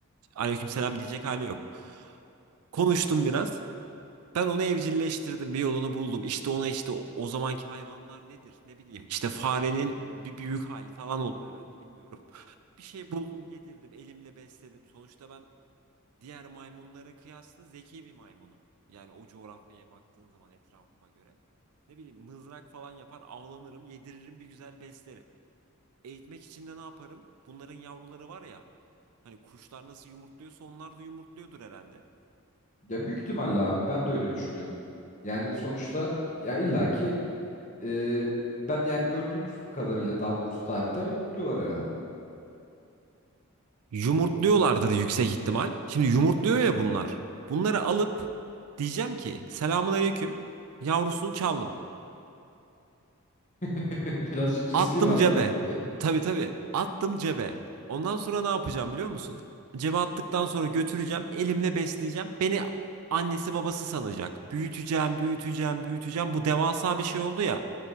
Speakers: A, on the right; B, on the left.
A: Aleykümselam diyecek hali yok. Konuştum biraz. Ben onu evcilleştirdim, bir yolunu buldum. İşte ona işte o, o zamanki hayvanlar nedir? Ne bileyim. İşte farenin bir büyük hali falan olur herhalde bilmiyorum. Bir şey buldum, yedirdim, elimle besledim. Sonuçta ben diğer maymunlara kıyasla zeki bir maymunum. Yani o coğrafyaya baktığın zaman etrafıma göre. Ne bileyim mızrak falan yapar, avlanırım, yediririm, bir güzel beslerim. Eğitmek için de ne yaparım? Bunların yavruları var ya. Hani kuşlar nasıl yumurtluyorsa onlar da yumurtluyordur herhalde.
B: Ya büyük ihtimalle abi ben de öyle düşünüyorum. Yani sonuçta ya illaki e, ben yani gördüğümüz kadarıyla daha doğrusu tarihten yumurtluyorlar herhalde.
A: Yumurtluyorlardır yüksek ihtimal. Şimdi yumurtluyor ya bunlar. Bunları alıp diyeceğim ki selamun aleyküm. Yavrusunu çaldım.
B: <laughs> Birazcık riskli
A: Attım
B: bir hareket
A: cebe.
B: gibi.
A: Tabii tabii. Attım cebe. Ondan sonra ne yapacağım biliyor musun? Cebe attıktan sonra götüreceğim. Elimle besleyeceğim. Beni annesi babası sanacak. Büyüteceğim, büyüteceğim, büyüteceğim. Bu devasa bir şey oldu ya.